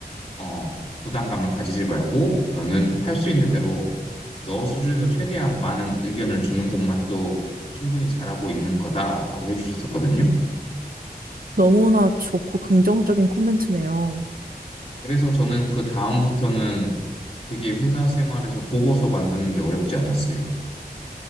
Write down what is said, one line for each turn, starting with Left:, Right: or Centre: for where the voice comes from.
Left: 어, 부담감을 가지지 말고 너는 할 수 있는 대로 너 수준에서 최대한 많은 의견을 주는 것만 해도 충분히 잘하고 있는 거다라고 해주셨었거든요.
Right: 너무나 좋고 긍정적인 코멘트네요.
Left: 그래서 저는 그 다음부터는 되게 회사 생활에서 보고서 만드는 게 어렵지 않았어요.